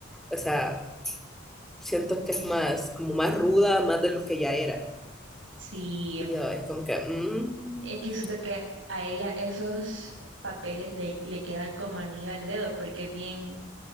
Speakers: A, in the centre; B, on the right.
A: O sea, siento que es más, como más ruda, más de lo que ya era.
B: Sí,
A: Y yo, es como que, mm,
B: es que siento que a ella esos papeles le, le quedan como anillo al dedo porque es bien